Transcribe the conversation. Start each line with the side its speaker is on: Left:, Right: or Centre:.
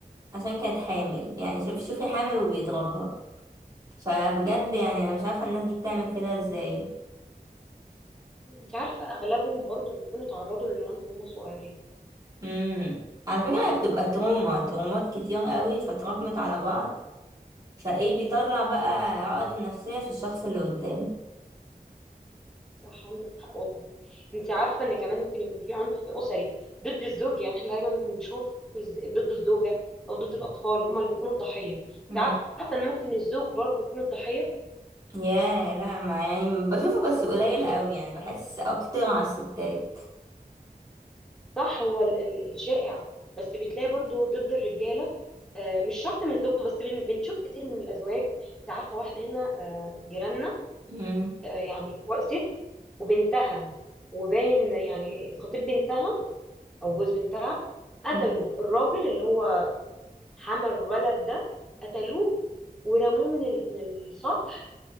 Right: عشان كانت حامل يعني شوف شوفي حامل وبيضربها فبجد يعني أنا مش عارفة الناس دي بتعمل كده ازاي
Centre: انت عارفة اغلبهم برضو بيكونوا اتعرضوا للعنف وهم صغيرين
Right: مم. على فكرة هي بتبقى تروما ترومات كتير قوي فتراكمت على بعض فايه بيطلع بقى عقده النفسية في الشخص اللي قدامه
Centre: صح عندك حق والله انت عارفة ان كمان ممكن يكون في عنف اسري ضد الزوج يعني احنا دايما بنشوف الز- ضد الزوجة او ضد الاطفال اللي هم اللي بيكونوا الضحية انت
Right: مم.
Centre: عارفة ان ممكن الزوج برضو يكون الضحية
Right: يا لا ما يعني بشوفه بس قليل قوي يعني بحس اكتر على الستات
Centre: صح هو ال- ال- الشائع بس بتلاقي برضو ضد الرجالة آه، مش شرط من زوجته بس بن- بنشوف كتير من الازواج انت عارفة واحدة هنا آه، جيراننا
Right: مم.
Centre: آه، يعني و- ست وبنتها وباين يعني خطيب بنتها او جوز بنتها قتلوا
Right: مم.
Centre: الراجل اللي هو حمل الولد ده قتلوه ورموه من ال- من السطح